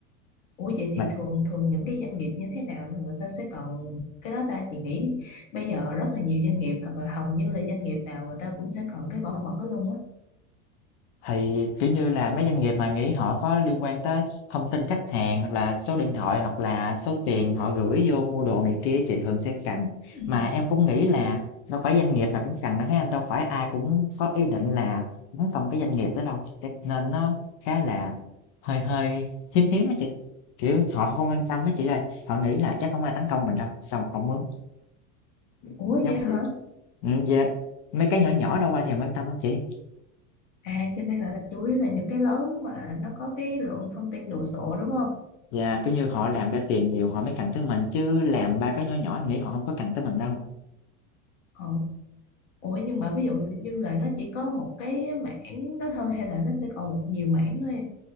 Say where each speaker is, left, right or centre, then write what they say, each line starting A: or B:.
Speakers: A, on the left; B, on the left.
A: ủa vậy thì
B: Mà
A: thường thường những cái doanh nghiệp như thế nào là người ta sẽ cần cái đó ta chị nghĩ bây giờ rất là nhiều doanh nghiệp hoặc là hầu như là doanh nghiệp nào người ta cũng sẽ cần cái bảo mật đó luôn á
B: thì kiểu như là mấy doanh nghiệp mà nghĩ họ có liên quan tới thông tin khách hàng hoặc là số điện thoại hoặc là số tiền họ gửi vô mua đồ này kia chị thường sẽ cần.
A: ừ.
B: Mà em cũng nghĩ là đâu phải doanh nghiệp nào cũng cần đâu thấy anh đâu phải ai cũng có ý định là tấn công cái doanh nghiệp đó đâu. Thế Nên nó khá là hơi hơi hiếm hiếm đó chị. Kiểu họ không quan tâm đó chị ơi, họ nghĩ là chắc không ai tấn công mình đâu, xong không mướn. Ừm,
A: ủa
B: giống
A: vậy hả
B: vậy. Ừm, dạ, mấy cái nhỏ nhỏ đâu ai thèm quan tâm đâu chị.
A: à cho nên là chủ yếu là những cái lớn mà nó có cái lượng thông tin đồ sộ đúng không
B: Dạ, kiểu như, họ làm ra tiền nhiều họ mới cần tới mình, chứ làm ba cái nhỏ nhỏ em nghĩ họ không có cần tới mình đâu.
A: ừ Ủa nhưng mà ví dụ như là nó chỉ có một cái mảng đó thôi hay là nó sẽ còn một nhiều mảng nữa em?